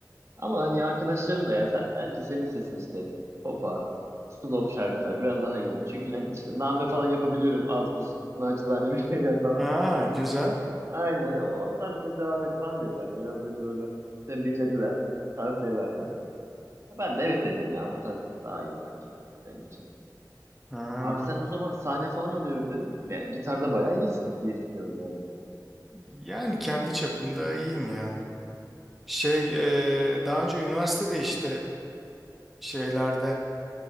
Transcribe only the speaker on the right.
Ama hani arkadaşlarım da ya sen bence senin sesin işte popa, slow şarkıları biraz daha iyi. Çünkü hani işte name falan yapabiliyorum az buz naçizane bir <laughs> şeyler falan.
Aynen o, o tarzda devam et falan dediler. Biraz beni böyle tembihlediler, tavsiye verdiler. Ya Ben de evet dedim ya bu tarz daha iyi sanki benim için.
Abi sen o zaman sahne falan alıyorum dedim. Ya, gitarda bayağı iyisin diye düşünüyorum yani.